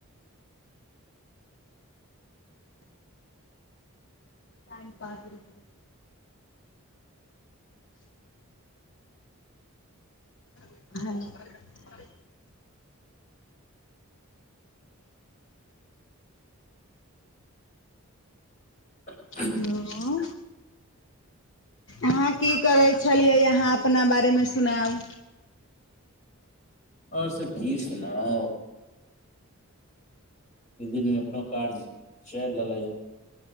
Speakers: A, on the left (about 55°); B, on the left (about 35°).
A: टाइम पास भ। हँ
B: ह
A: हेलो अहाँ की करै छलियै अहाँ अपना बारेमे सुनाउ
B: आओर सब की सुनाउ ई दिनमे अपनो काज चलि रहलैए